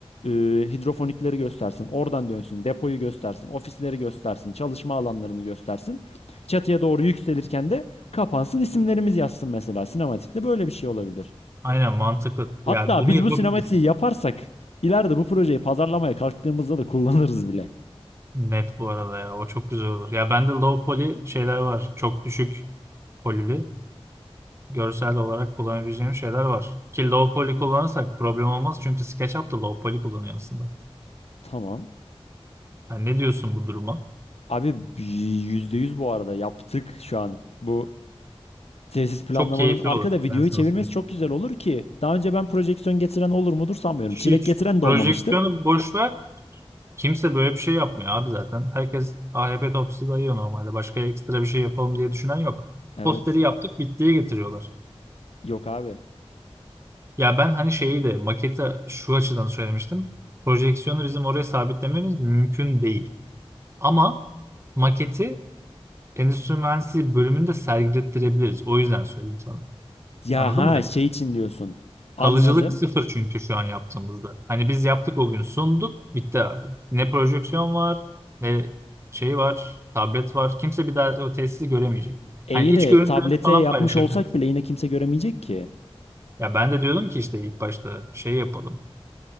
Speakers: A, on the left (about 80°); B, on the right (about 25°).
A: e, hidrofonikleri göstersin. Oradan dönsün. Depoyu göstersin. Ofisleri göstersin. Çalışma alanlarını göstersin. Çatıya doğru yükselirken de kapansın. isimlerimiz yazsın mesela. Sinematikte böyle bir şey olabilir.
B: Aynen mantıklı.
A: Hatta
B: Ya bunu
A: biz
B: yapabiliriz.
A: bu sinematiği yaparsak ileride bu projeyi pazarlamaya kalktığımızda da kullanırız bile.
B: Net bu arada ya o çok güzel olur. Ya bende low poly şeyler var. Çok düşük polili. Görsel olarak kullanabileceğim şeyler var. Ki low poly kullanırsak problem olmaz çünkü SketchUp da low poly kullanıyor aslında.
A: Tamam.
B: Yani ne diyorsun bu duruma?
A: Abi %100 bu arada yaptık şu an. Bu tesis planlamanın
B: Çok keyifli
A: arkada
B: olur.
A: videoyu
B: Ben sana
A: çevirmesi
B: söyleyeyim.
A: çok güzel olur ki. Daha önce ben projeksiyon getiren olur mudur sanmıyorum.
B: Hiç.
A: Çilek getiren de
B: Projeksiyonu
A: olmamıştır.
B: boş ver. Kimse böyle bir şey yapmıyor abi zaten. Herkes AHP topçusu dayıyor normalde. Başka ekstra bir şey yapalım diye düşünen yok.
A: Evet.
B: Posteri yaptık bittiye getiriyorlar.
A: Yok abi.
B: Ya ben hani şeyi de maketi şu açıdan söylemiştim. Projeksiyonu bizim oraya sabitlememiz mümkün değil. Ama maketi endüstri mühendisliği bölümünde sergilettirebiliriz. O yüzden söyledim sana.
A: Ya
B: Anladın
A: ha
B: mı?
A: şey için diyorsun. Anladım.
B: Kalıcılık sıfır çünkü şu an yaptığımızda. Hani biz yaptık o gün sunduk bitti abi. Ne projeksiyon var ne şey var tablet var. Kimse bir daha o tesisi göremeyecek.
A: İyi
B: Hani iç
A: de
B: görüntülerini
A: tablete
B: falan
A: yapmış
B: paylaşabiliriz.
A: olsak bile yine kimse göremeyecek ki.
B: Ya ben de diyordum ki işte ilk başta şey yapalım.